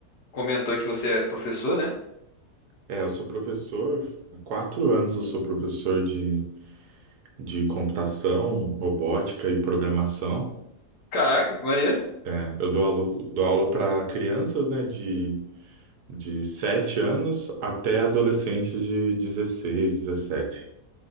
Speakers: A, on the left; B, on the right.
A: comentou que você é professor, né?
B: É, eu sou professor, há quatro anos eu sou professor de, de computação, robótica e programação.
A: Caraca, que maneiro.
B: É, eu dou aula, dou aula para crianças, né, de, de 7 anos até adolescentes de 16, 17.